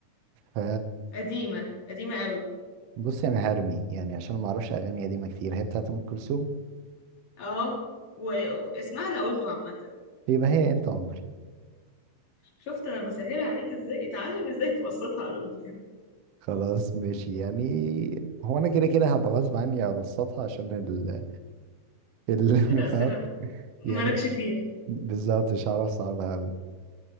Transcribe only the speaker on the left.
قديمة قديمة قوي
اه واسمها انا قلته عامة
شفت انا بسهلها عليك ازاي اتعلم ازاي تبسطها على الأرض.
الأسئلة
مالكش
فيها